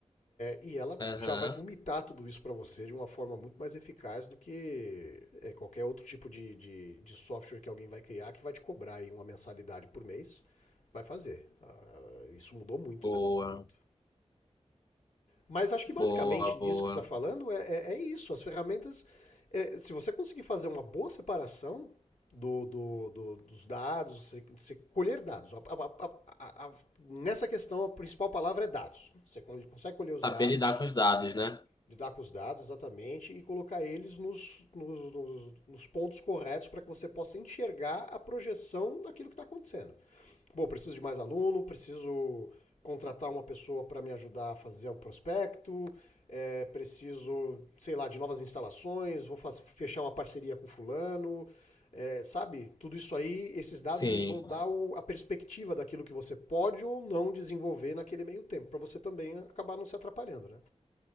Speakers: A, on the left; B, on the left.
A: e ela
B: aham.
A: já vai vomitar tudo isso para você de uma forma muito mais eficaz do que é, qualquer outro tipo de, de, de software que alguém vai criar que vai te cobrar aí uma mensalidade por mês. Vai fazer. Ah, isso mudou muito,
B: Boa,
A: né? Mudou muito. Mas acho que basicamente
B: boa,
A: disso
B: boa.
A: que você está falando é, é, é isso. As ferramentas, é, se você conseguir fazer uma boa separação do, do- do- dos dados, você, você colher dados. A- a- a- a- a- nessa questão, a principal palavra é dados. Você con- consegue colher os
B: Saber
A: dados
B: lidar com os dados, né?
A: lidar com os dados exatamente e colocar eles nos, nos, nos, nos pontos corretos para que você possa enxergar a projeção daquilo que está acontecendo. Bom, preciso de mais aluno, preciso contratar uma pessoa para me ajudar a fazer o prospecto, é, preciso, sei lá, de novas instalações, vou fazer, fechar uma parceria com fulano, é, sabe? Tudo isso aí, esses dados
B: Sim.
A: eles vão dar o, a perspectiva daquilo que você pode ou não desenvolver naquele meio tempo, para você também acabar não se atrapalhando, né?